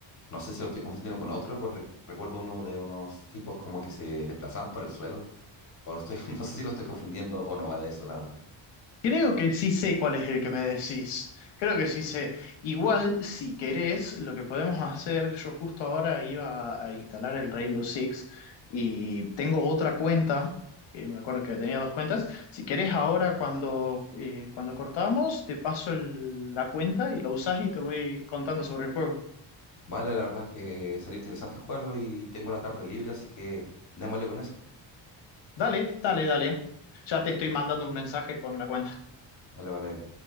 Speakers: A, on the left; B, on the left.
A: no sé si lo estoy confundiendo con otro, porque recuerdo uno de unos tipos como que se desplazaban por el suelo O lo estoy, <laughs> no sé si lo estoy confundiendo o no va de eso, la verdad.
B: Creo que sí sé cuál es el que me decís. Creo que sí sé. Igual, si querés, lo que podemos hacer, yo justo ahora iba a instalar el Rainbow Six y tengo otra cuenta, que me acuerdo que tenía dos cuentas. Si querés, ahora cuando, eh, cuando cortamos, te paso el- la cuenta y la usás y te voy contando sobre el juego.
A: Vale, la verdad que sería interesante jugarlo y tengo la tarde libre, así que démosle con eso.
B: Dale, dale, dale. Ya te estoy mandando un mensaje con la cuenta.
A: Vale, vale.